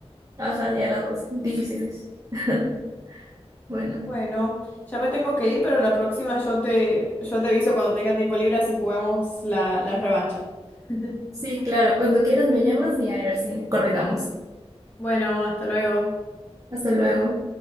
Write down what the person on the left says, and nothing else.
Bueno, ya me tengo que ir, pero la próxima yo te, yo te aviso cuando tenga tiempo libre si jugamos la, la revancha. <laughs>
Bueno, hasta luego.